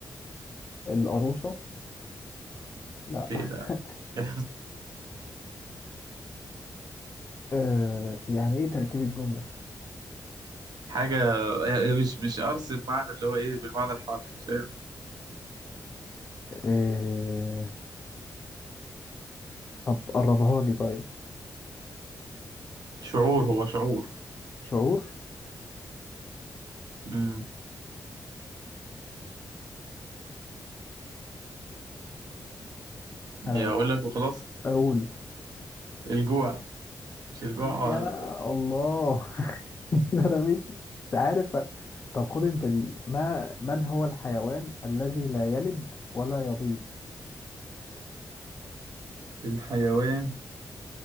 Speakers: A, on the left (about 30°); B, on the right (about 70°).
A: القروصة لا
B: ايه لا
A: <laughs>
B: <laughs>
A: آه يعني إيه تركيب الجملة؟
B: حاجة هي- هي مش مش قرص بمعنى اللي هو ايه بالمعنى الحرفي فاهم
A: آه طب قربها لي طيب
B: شعور هو شعور
A: شعور
B: امم
A: أنا
B: هي اقول لك وخلاص
A: بقول
B: الجوع مش الجوع
A: يا
B: آه،
A: الله <laughs> أنا مش مش عارف طب خد أنت دي ما من هو الحيوان الذي لا يلد ولا يبيض؟
B: الحيوان